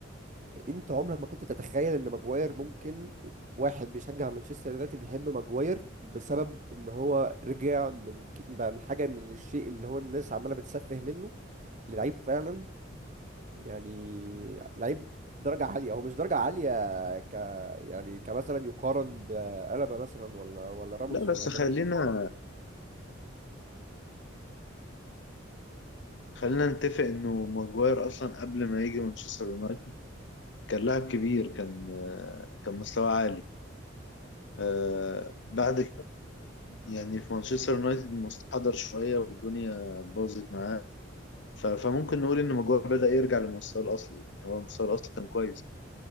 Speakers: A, on the right (about 40°); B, on the left (about 60°).
A: انت عمرك ما كنت تتخيل ان ماجواير ممكن واحد بيشجع مانشستر يونايتد يحب ماجواير بسبب ان هو رجع من ك- بقى من حاجه من الشيء اللي هو الناس عماله بتسفه منه للعيب فعلا يعني لعيب درجه عاليه هو مش درجه عاليه ك يعني كمثلا يقارن بألابا مثلا ولا ولا راموس
B: لا بس
A: ولا كده
B: خلينا خلينا نتفق انه ماجواير اصلا قبل ما يجي مانشستر يونايتد كان لاعب كبير كان آه، كان مستواه عالي آه، بعد يعني في مانشستر يونايتد مستحضر شوية والدنيا باظت معاه ف- فممكن نقول إن ماجواير بدأ يرجع لمستواه الأصلي يعني هو مستواه الأصلي كان كويس